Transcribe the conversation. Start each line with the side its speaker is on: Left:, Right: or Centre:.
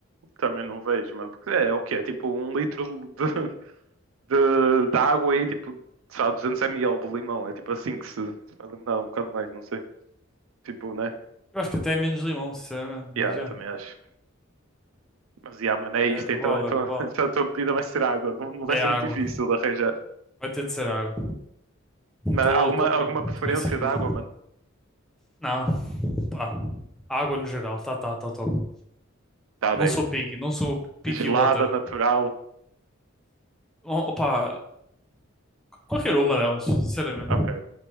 Right: Também não vejo, mano. Porque é, é o que é? Tipo um litro de, de, de água e tipo, sei lá, 200 ml de limão. É tipo assim que se, se vai eliminar um bocado mais, não sei. Tipo, né?
Centre: Eu acho que até é menos limão, sinceramente,
Right: Yeah,
Centre: mas já.
Right: também acho. Mas yeah, mano, é isto.
Centre: É é provável,
Right: Então, então,
Centre: é provável.
Right: <laughs> então a tua bebida vai ser água. Não, não vai
Centre: É
Right: ser
Centre: água.
Right: muito difícil de arranjar.
Centre: Vai ter de ser água. Estou
Right: Mas alguma, alguma
Centre: bem,
Right: preferência
Centre: estou bem servido.
Right: de água, mano?
Centre: Não, pá. Água no geral, tá, tá, tá top.
Right: Tá
Centre: Não
Right: bem.
Centre: sou picky, não sou picky
Right: Gelada,
Centre: water.
Right: natural.
Centre: Oh, Opa, qualquer uma delas, sinceramente.
Right: Ok,